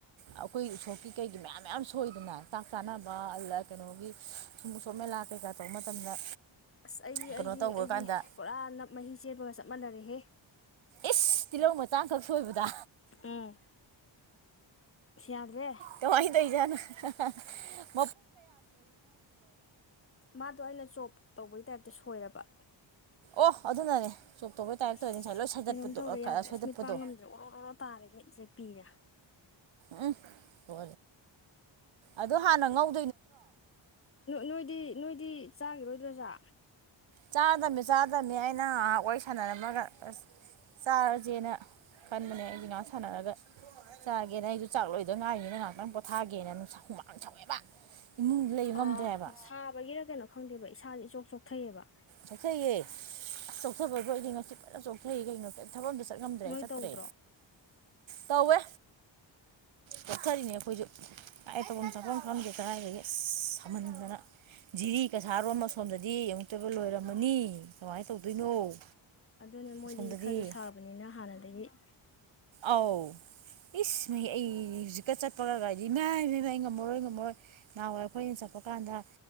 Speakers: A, on the right; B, on the left.
A: ꯑꯩꯈꯣꯏ ꯎꯁꯣꯞꯀꯤ ꯀꯩꯒꯤ ꯃꯌꯥꯝ ꯃꯌꯥꯝ ꯁꯣꯏꯗꯅ ꯆꯥꯟꯅꯕ ꯑꯗ ꯀꯩꯅꯣꯒꯤ ꯁꯨꯝ ꯁꯣꯝꯃ ꯂꯥꯛ ꯀꯩꯀꯥ ꯇꯧꯕ ꯃꯇꯝꯗ
B: ꯑꯁ ꯑꯩꯗꯤ
A: ꯀꯩꯅꯣ
B: ꯑꯩꯗꯤ
A: ꯇꯧꯕ
B: ꯑꯩꯗꯤ
A: ꯀꯥꯟꯗ
B: ꯄꯨꯔꯥ ꯅ ꯃꯍꯤ ꯆꯦꯟꯕꯒ ꯆꯞ ꯃꯥꯟꯅꯔꯦꯍꯦ
A: ꯏꯁ ꯇꯤꯜꯍꯧ ꯃꯆꯥꯈꯛ ꯁꯣꯏꯕꯗ
B: ꯎꯝ ꯌꯥꯗ꯭ꯔꯦ
A: ꯀꯃꯥꯏ ꯇꯣꯏꯖꯥꯠꯅꯣꯨ
B: ꯃꯥꯗꯣ ꯑꯩꯅ ꯆꯣꯞ ꯇꯧꯕꯒꯤ ꯇꯥꯏꯞꯇ ꯁꯣꯏꯔꯕ
A: ꯑꯣ ꯑꯗꯨꯅꯅꯦ ꯆꯣꯞꯇꯧꯕꯩ ꯇꯥꯔꯛꯇꯣꯏꯅꯤ
B: ꯑꯁ
A: ꯉꯁꯥꯏ ꯂꯣꯏ ꯁꯗꯠꯄꯗꯣ
B: ꯀꯩꯅꯣꯝ ꯇꯧꯔꯦ ꯌꯥꯗ꯭ꯔꯦ
A: ꯁꯣꯏꯗꯠꯄꯗꯣ
B: ꯑꯁ ꯃꯤꯠ ꯄꯥꯡ ꯉꯝꯗ꯭ꯔꯦ ꯑꯣꯔꯣ ꯑꯣꯔꯣ ꯇꯥꯔꯦ ꯃꯤꯠꯁꯦ ꯄꯤꯔꯥ
A: ꯎꯝ ꯍ ꯑꯗꯣ ꯍꯥꯟꯅ ꯉꯧ
B: ꯅꯣꯏꯗꯤ ꯅꯣꯏꯗꯤ ꯆꯥꯈꯤꯔꯣꯏꯗ꯭ꯔꯣꯖ꯭ꯔꯥ
A: ꯆꯥꯗꯝꯅꯤ ꯆꯥꯗꯝꯕꯅꯤ ꯑꯩꯅꯍꯥꯛ ꯋꯥꯔꯤ ꯁꯥꯟꯅꯔꯝꯃꯒ ꯑꯁ ꯆꯥꯔꯁꯦꯅ ꯈꯟꯕꯅꯦ ꯑꯩꯁ ꯉꯍꯥꯛ ꯁꯥꯟꯅꯔꯒ ꯆꯥꯒꯦꯅ ꯑꯩꯁꯨ ꯆꯥꯛꯂꯣꯏꯗꯣꯏ ꯉꯥꯏꯔꯤꯅꯤꯅ ꯉꯥꯏꯍꯥꯛꯇꯪ ꯄꯣꯊꯥꯒꯦꯅ ꯑꯗꯨ ꯁꯨ ꯃꯔꯥꯡ ꯁꯧꯋꯦꯕ ꯏꯃꯨꯡꯗ ꯂꯩꯕ ꯉꯝꯗ꯭ꯔꯦꯕ
B: ꯑ ꯁꯥꯕꯒꯤꯔ ꯀꯩꯅꯣ ꯈꯪꯗꯦꯕ ꯏꯁꯥ ꯆꯣꯛꯊꯩꯑꯕ
A: ꯆꯣꯛꯊꯩꯌꯦ ꯑꯁ ꯆꯣꯛꯊꯕꯁꯨꯣ ꯑꯩꯗꯤ ꯉꯁꯤ ꯄꯨꯖ ꯆꯣꯛꯊꯩꯌꯦ ꯀꯩꯅꯣ ꯊꯕꯛꯗꯨ ꯆꯠꯉꯝꯗ꯭ꯔꯦ
B: ꯅꯣꯏ
A: ꯆꯠꯇ꯭ꯔꯦ
B: ꯇꯧꯗ꯭ꯔꯣ
A: ꯇꯧꯋꯦ ꯆꯠꯊꯔꯤꯅꯦ ꯑꯩꯈꯣꯏꯁꯨ ꯑꯩꯇꯣꯐꯝ ꯆꯥꯐꯝ ꯃꯐꯝꯗꯦ ꯀꯗꯥꯏꯗꯒꯤ ꯁꯝꯍꯟꯗꯅ ꯖꯤꯔꯤ ꯀꯩꯁꯥꯔꯣꯝ ꯑꯁꯣꯝꯗꯗꯤ ꯌꯦꯡꯉꯛꯇꯕ ꯂꯣꯏꯔꯝꯃꯅꯤ ꯀꯃꯥꯏꯅ ꯇꯧꯗꯣꯏꯅꯣ
B: ꯑꯗꯨꯅꯦ ꯃꯣꯏꯗꯤ
A: ꯑꯁꯣꯝꯗꯗꯤ
B: ꯈꯔꯁꯨ ꯁꯥꯕꯅꯤꯅ ꯍꯥꯟꯅꯗꯒꯤ
A: ꯑꯥꯎ ꯏ ꯑꯩ ꯍꯧꯖꯤꯛꯀ ꯆꯠꯄꯒ ꯂꯩꯔꯗꯤ ꯏꯥꯏꯃꯥꯏ ꯉꯝꯃꯔꯣꯏ ꯉꯝꯃꯣꯏ ꯅꯍꯥꯟꯋꯥꯏꯔ ꯑꯩꯈꯣꯏꯅ ꯆꯠꯄ ꯊꯣꯛꯄ ꯀꯥꯟꯗ